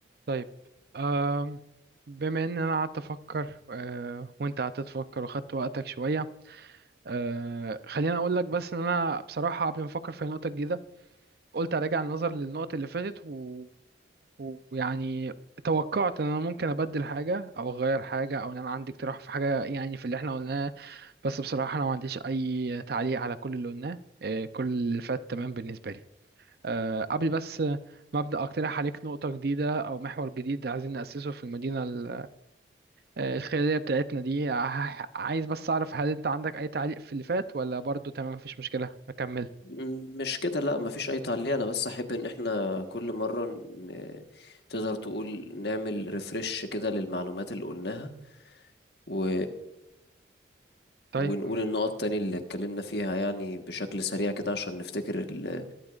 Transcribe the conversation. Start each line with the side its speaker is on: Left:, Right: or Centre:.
Right: طيب آم، بما ان انا قعدت افكر آه، وانت قعدت تفكر واخدت وقتك شويه آه، خليني اقول لك بس ان انا بصراحه قبل ما افكر في نقطه جديده قلت اراجع النظر للنقط اللي فاتت و- و- ويعني توقعت ان انا ممكن ابدل حاجه او اغير حاجه او ان انا عندي اقتراح في حاجه يعني في اللي احنا قلناه بس بصراحه انا ما عنديش اي تعليق على كل اللي قلناه آه، كل اللي فات تمام بالنسبه لي آه، قبل بس ما أبدأ أقترح عليك نقطة جديدة أو محور جديد عايزين نأسسه في المدينة ال- آه، الخيرية بتاعتنا دي ع- عايز بس أعرف هل أنت عندك أي تعليق في اللي فات ولا برضو تمام مفيش مشكلة أكمل
Left: م- مش كده لا مفيش اي تعليق انا بس احب ان احنا كل مرة ن... تقدر تقول نعمل ريفرش كده للمعلومات اللي قلناها و...
Right: طيب
Left: ونقول
Right: م-
Left: النقط تاني اللي اتكلمنا فيها يعني بشكل سريع كده عشان نفتكر ال...